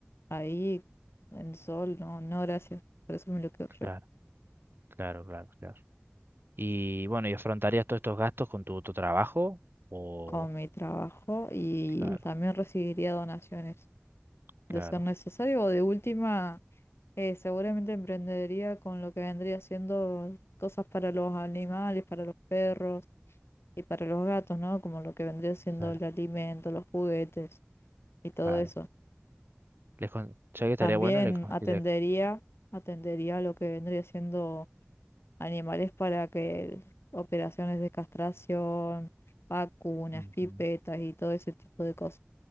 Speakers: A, on the left; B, on the right.
A: ahí en el sol, no, no, gracias. Por eso me lo quedo
B: Claro,
A: yo
B: claro, claro, claro. Y bueno, ¿y afrontarías todos estos gastos con tu, tu trabajo? O,
A: con mi trabajo y
B: claro,
A: también recibiría donaciones
B: claro,
A: de ser necesario o de última, eh, seguramente emprendería con lo que vendría siendo cosas para los animales, para los perros y para los gatos, ¿no? Como lo que vendría siendo
B: claro,
A: el alimento, los juguetes. y todo
B: claro.
A: eso.
B: Les con- ya que estaría
A: También
B: bueno, le, con-
A: atendería,
B: le-
A: atendería lo que vendría siendo animales para que operaciones de castración, vacunas,
B: Ujú,
A: pipetas y todo ese tipo de cosas,